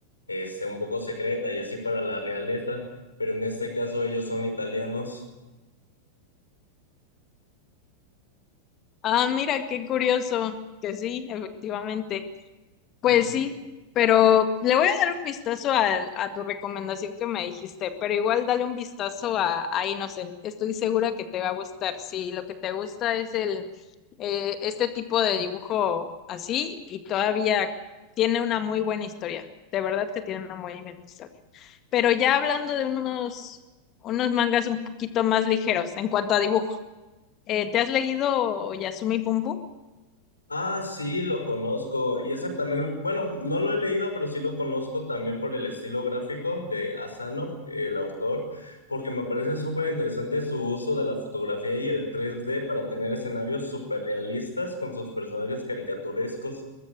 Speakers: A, on the left; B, on the left.
A: este, un poco secreta y así para la realeza, pero en este caso ellos son italianos
B: Ah, mira, qué curioso, que sí, efectivamente. Pues
A: <laughs>
B: sí, pero le voy a dar un vistazo al- a, tu recomendación que me dijiste, pero igual dale un vistazo a, a Innocent. Estoy segura que te va a gustar. Si lo que te gusta es el eh, este tipo de dibujo así y todavía tiene una muy buena historia. De verdad que tiene una muy buena historia. Pero ya hablando de unos, unos mangas un poquito más ligeros en cuanto a dibujo, eh, ¿te has leído Yasumi Pum Pum?
A: Ah, sí, lo conozco. Y ese también, bueno, no lo he leído, pero sí lo conozco también por el estilo gráfico de Asano, el autor, porque me parece súper interesante su uso de la fotografía y el 3D para tener escenarios súper realistas con sus personajes caricaturescos.